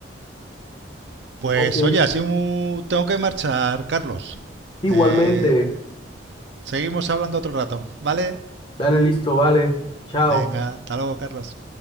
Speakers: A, on the right; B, on the left.
A: Pues
B: Ok,
A: oye, así mu- tengo que marchar, Carlos.
B: igualmente,
A: Eh, seguimos hablando otro rato, ¿vale?
B: dale listo, vale, chao.
A: Venga, hasta luego, Carlos.